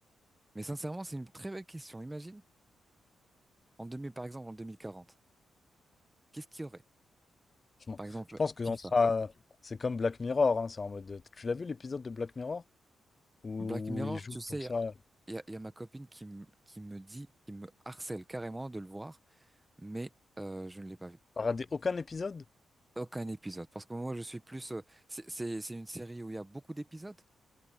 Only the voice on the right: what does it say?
Mais sincèrement, c'est une très belle question. Imagine, en 2000, par exemple, en 2040, qu'est-ce qu'il y aurait?
Par exemple,
FIFA.
Black Mirror,
tu sais,
il
y a, il y a- il y a ma copine qui, me- qui me dit, qui me harcèle carrément de le voir, mais euh, je ne l'ai pas vu.
Aucun épisode. Parce que moi, je suis plus... euh, c'est c'est- c'est une série où il y a beaucoup d'épisodes?